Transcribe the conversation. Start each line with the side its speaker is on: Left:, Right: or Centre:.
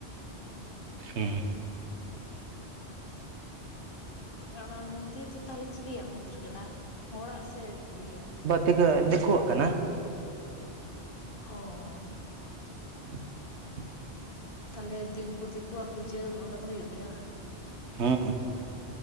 Left: <unintelligible>
Right: ᱦᱮᱸ
Left: ᱟᱨ ᱚᱱᱟ ᱢᱚᱱᱫᱤᱨ ᱫᱚ ᱛᱟᱦᱚᱞᱮ ᱪᱤᱞᱤᱭᱭᱟᱜ ᱢᱚᱱᱫᱤᱨ ᱠᱟᱱᱟ ᱦᱚᱲᱟᱜ ᱥᱮ ᱤᱭᱟᱹ
Right: ᱛᱮᱠᱚ ᱫᱮᱠᱷᱩᱣᱟᱜ ᱠᱟᱱᱟ
Left: ᱚᱻ
Right: <inaudible>
Left: ᱛᱟᱦᱚᱞᱮ ᱩᱱᱠᱩ ᱫᱤᱠᱩᱣᱟᱜ ᱯᱩᱡᱟᱹ ᱚᱱᱰᱮ ᱫᱚ ᱦᱩᱭᱩᱜ ᱜᱮᱭᱟ ᱵᱟᱝ?
Right: ᱦᱮᱸ ᱦᱮᱸ